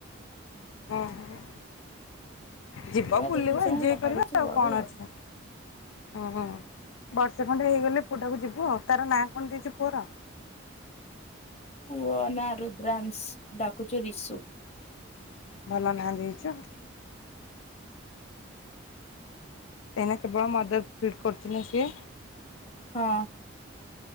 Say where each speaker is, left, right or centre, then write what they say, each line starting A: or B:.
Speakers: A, on the left; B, on the left.
A: ହଁ ହ।
B: ଛୁଆ
A: ଯିବ ବୁଲିବ
B: ଯେତିକି ସମୟ
A: ଏଞ୍ଜୟ କରିବା
B: ବଢୁଛି
A: ଆଉ
B: ବଢୁ
A: କଣ ଅଛି ହୁ ହୁଁ। ବର୍ଷେ ଖଣ୍ଡେ ହେଇଗଲେ ପୁଅଟାକୁ ଯିବୁ ଆଉ ତାର ନାଁ କଣ ଦେଇଛୁ ପୁଅର?
B: ପୁଅ ନା ରୁଦ୍ରାଂଶ ଡାକୁଛୁ ରିଷୁ।
A: ଭଲ ନା ଦେଇଛ। ଏଇନା କେବଳ ମଦର ଫିଡ଼୍ କରୁଚି ନା ସିଏ?
B: ହଁ।